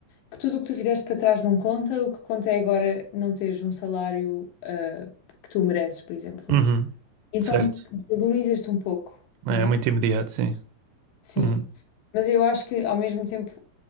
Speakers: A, on the left; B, on the right.
A: que tudo o que tu fizeste para trás não conta, o que conta é agora não teres um salário, ah, que tu mereces, por exemplo.
B: uhum.
A: Então,
B: Certo.
A: valorizas-te um pouco, não
B: É,
A: é?
B: muito imediato, sim.
A: Sim.
B: Uhum,
A: Mas eu acho que ao mesmo tempo